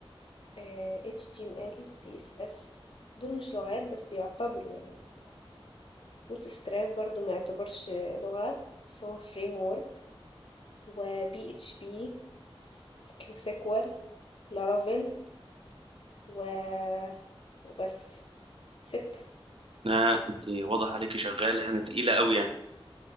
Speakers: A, on the left; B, on the right.
A: آه، HTML CSS دول مش لغات بس يعتبروا يعني بوت ستراب برضو ما يعتبرش لغة بس هو فريم وورك و بي اتش بي كيو سيكوال لارافيل و وبس ستة
B: لا انت واضح عليكي شغاله هنا تقيله قوي يعني